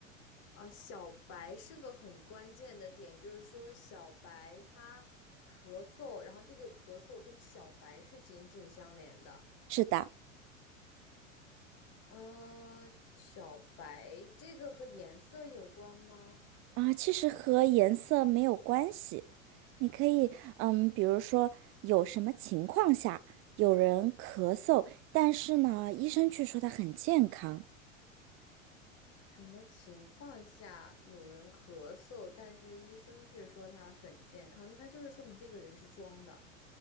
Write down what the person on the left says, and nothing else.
啊，小白是个很关键的点，就是说小白他咳嗽，然后这个咳嗽跟小白是紧紧相连的。
啊，小白这个和颜色有关吗？
什么情况下有人咳嗽，但是医生却说他很健康，那就是说明这个人是装的。